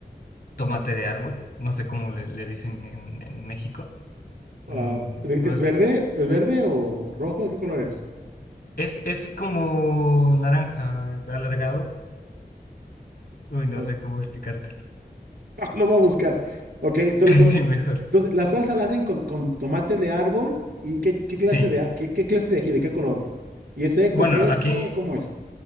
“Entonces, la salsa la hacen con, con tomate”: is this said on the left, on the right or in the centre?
Right